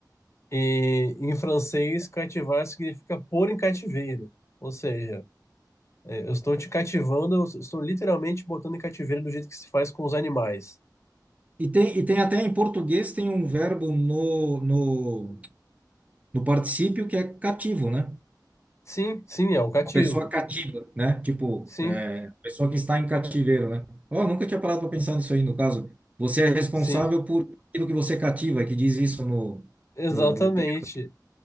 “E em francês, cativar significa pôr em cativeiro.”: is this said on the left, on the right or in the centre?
Left